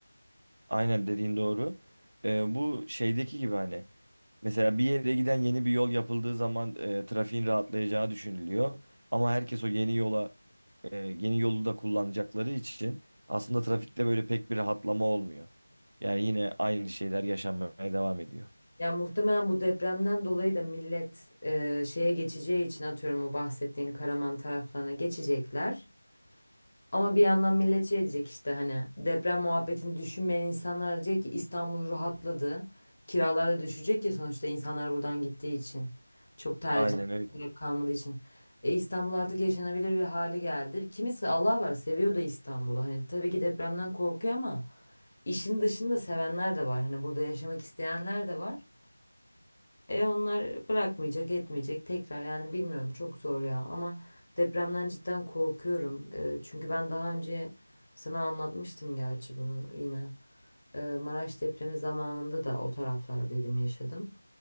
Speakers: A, on the right; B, on the left.
A: Aynen dediğin doğru. Ee, bu şeydeki gibi hani mesela bir yere giden yeni bir yol yapıldığı zaman e, trafiğin rahatlayacağı düşünülüyor. Ama herkes o yeni yola e, yeni yolu da kullanacakları için aslında trafikte böyle pek bir rahatlama olmuyor. Yani yine aynı şeyler yaşanmaya devam ediyor.
B: Ya muhtemelen bu depremden dolayı da millet e, şeye geçeceği için atıyorum o bahsettiğin Karaman taraflarına geçecekler. Ama bir yandan millet şey diyecek işte hani deprem muhabbetini düşünmeyen insanlar diyecek ki İstanbul rahatladı. Kiralar da düşecek ya sonuçta insanlar buradan gittiği için. Çok tercih
A: Aynen öyle.
B: gerek kalmadığı için. E, İstanbul artık yaşanabilir bir hale geldi. Kimisi Allah var seviyor da İstanbul'u. Hani tabii ki depremden korkuyor ama işin dışında sevenler de var. Hani burada yaşamak isteyenler de var. E onlar bırakmayacak, etmeyecek tekrar yani bilmiyorum çok zor ya ama depremden cidden korkuyorum. E, çünkü ben daha önce sana anlatmıştım gerçi bunu yine. E, Maraş depremi zamanında da o taraflar dedim yaşadım.